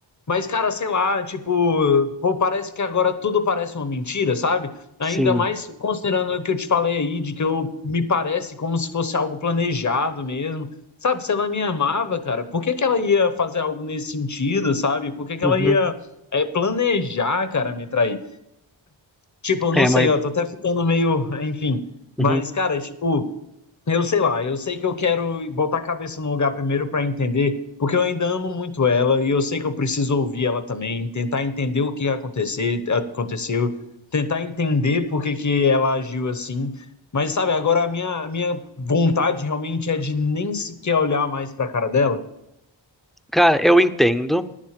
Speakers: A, on the left; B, in the centre.
A: Mas, cara, sei lá, tipo, pô, parece que agora tudo parece uma mentira, sabe? Ainda
B: sim.
A: mais considerando o que eu te falei aí, de que eu me parece como se fosse algo planejado mesmo. Sabe, se ela me amava, cara, por que que ela ia fazer algo nesse sentido, sabe? Por que que
B: Uhum.
A: ela ia é, planejar, cara, me trair? Tipo, eu
B: É,
A: não sei,
B: mas.
A: ó, tô até ficando meio, <laughs> enfim.
B: uhum.
A: Mas, cara, tipo, eu sei lá, eu sei que eu quero botar a cabeça no lugar primeiro para entender, porque eu ainda amo muito ela e eu sei que eu preciso ouvir ela também, tentar entender o que acontecer, aconteceu, tentar entender por que que ela agiu assim. Mas sabe, agora a minha, a minha vontade realmente é de nem sequer olhar mais para a cara dela.
B: Cara, eu entendo.